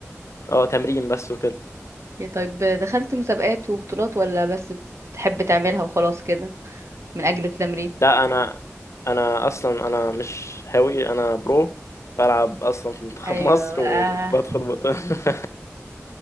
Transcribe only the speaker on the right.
اوكي طيب دخلت مسابقات وبطولات ولا بس بتحب تعملها وخلاص كده من اجل التمرين
ايوه
بقى